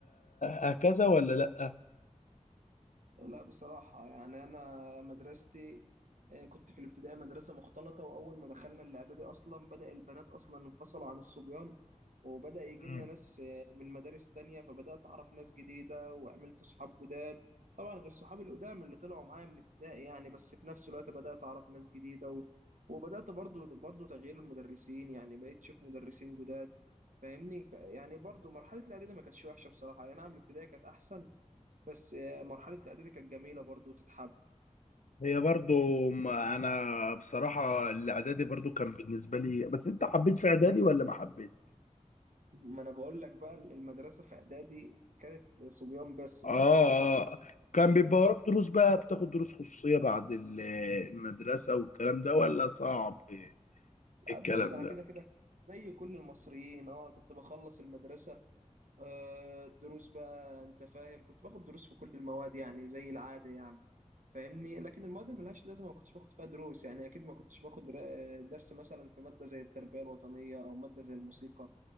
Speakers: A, on the left; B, on the right.
A: هكذا ولا لا
B: لا بصراحة يعني أنا مدرستي آه، كنت في الابتدائي مدرسة مختلطة وأول ما دخلنا الإعدادي أصلا بدأ البنات أصلا انفصلوا عن الصبيان وبدأ يجي
A: مم.
B: لنا ناس آه، من مدارس تانية فبدأت أعرف ناس جديدة وعملت صحاب جداد طبعا غير صحابي القدام اللي طلعوا معايا من ابتدائي يعني بس في نفس الوقت بدأت أعرف ناس جديدة و... وبدأت برضو برضو تغيير المدرسين يعني بقيت أشوف مدرسين جداد فاهمني ك- يعني برضو مرحلة الإعدادي ما كانتش وحشة بصراحة يعني نعم الابتدائي كانت أحسن بس آه، مرحلة الإعدادي كانت جميلة برضو تتحب
A: هي برضو ما انا بصراحه الاعدادي برضو كان بالنسبه لي بس انت حبيت في اعدادي ولا ما حبيت
B: ما أنا بقول لك بقى المدرسة في إعدادي كانت صبيان بس ما
A: اه
B: كانش في معنى
A: اه كان بيبقى وراك دروس بقى بتاخد دروس خصوصية بعد ال- المدرسة والكلام ده ولا صعب الكلام
B: بص أنا
A: ده
B: كده كده زي كل المصريين اه كنت بخلص المدرسة آه، الدروس بقى أنت فاهم كنت باخد دروس في كل المواد يعني زي العادة يعني فاهمني لكن المواد اللي ملهاش لازمة ما كنتش باخد فيها دروس يعني أكيد ما كنتش باخد را- درس مثلا في مادة زي التربية الوطنية أو مادة زي الموسيقى